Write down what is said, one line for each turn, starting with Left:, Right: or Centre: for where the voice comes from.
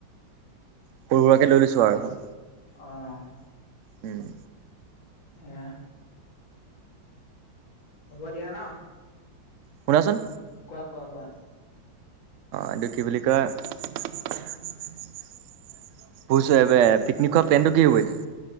Right: সৰু সুৰাকে লৈ লৈছো আৰু এখন।
Left: অ', অ'।
Right: উম।
Left: এয়া। হ'ব দিয়া ন
Right: শুনাচোন
Left: কোৱা কোৱা কোৱা।
Right: এইটো কি বুলি কয়? বুজিছো এবাৰ পিকনিকৰ প্লেনটো কি হ'ব এতিয়া।